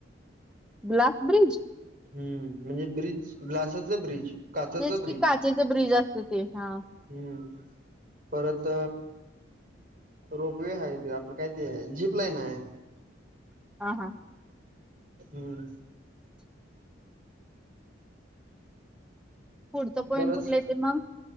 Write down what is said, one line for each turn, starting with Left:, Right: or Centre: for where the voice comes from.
Centre: Glass bridge?
Right: हम्म म्हणजे ब्रिज ग्लासाचा ब्रिज. काचाच
Centre: तेच
Right: ब्रिज
Centre: कि काचेचे ब्रिज असते ते हा
Right: हम्म परत. रोपवे आहे ते आपलं काय ते जीप लाईन आहे.
Centre: हा हा
Right: हम्म
Centre: पुढचं पॉईंट
Right: बरंच
Centre: कुठलं य ते मग